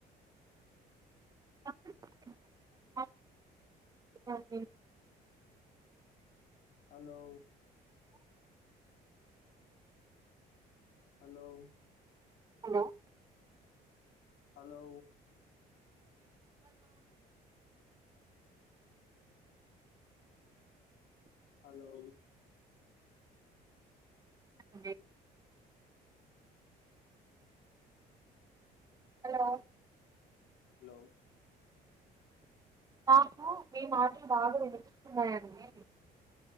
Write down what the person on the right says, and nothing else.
పక్కన చూపిస్తే అలానే ఉంటది అండి
hello
hello
అంటే హలో
నాకు మీ మాటలు బాగా వినిపిస్తున్నాయండి